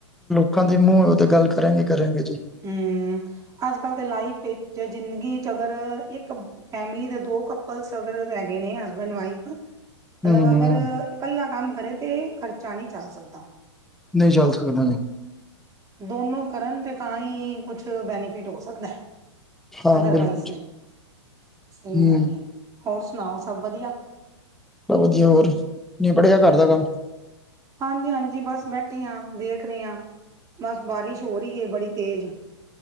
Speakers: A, in the centre; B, on the right.
A: ਲੋਕਾਂ ਦੀ ਮੂੰਹ ਓ ਤੇ ਗੱਲ ਕਰਨਗੇ ਕਰੇਂਗੇ ਜੀ।
B: ਹਂ, ਅੱਜ-ਕਲ ਦੇ ਲਾਈਫ ਇੱਚ ਜ਼ਿੰਦਗੀ ਚ ਅਗਰ ਇੱਕ ਫੈਮਿਲੀ ਦੇ ਦੋ ਕੱਪਲਸ ਅਗਰ ਹੈਗੇ ਨੇ ਹਸਬੈਂਡ ਵਾਈਫ ਮਤਲਬ
A: ਹੂੰ।
B: ਅਗਰ ਇਕੱਲਾ ਕੰਮ ਕਰੇ ਤੇ ਖ਼ਰਚਾ ਨਈਂ ਚੱਲ ਸਕਦਾ।
A: ਨਈਂ ਚਲ ਸਕਦਾ ਨੀਂ।
B: ਦੋਨੋਂ ਕਰਨ ਤੇ ਤਾਂ ਈ ਕੁਛ ਬੈਨੀਫਿਟ ਹੋ ਸਕਦਾ ਐ।
A: ਹਾਂ
B: ਅਦਰਵਾਈਜ਼
A: ਬਿਲਕੁਲ,
B: ਨਹੀਂ ਸਹੀ
A: ਹੂੰ।
B: ਗੱਲ ਐ। ਹੋਰ ਸੁਣਾਓ ਸਭ ਵਧੀਆ।
A: ਬਹ ਵਧੀਆ ਹੋਰ ਨਿਬੜ ਗਿਆ ਘਰ ਦਾ ਕੰਮ।
B: ਹਾਂਜੀ ਹਾਂਜੀ ਬਸ ਬੈਠੈ ਆਂ, ਦੇਖ ਰੇ ਆਂ। ਬਸ ਬਾਰਿਸ਼ ਹੋ ਰੀ ਏ ਬੜੀ ਤੇਜ਼।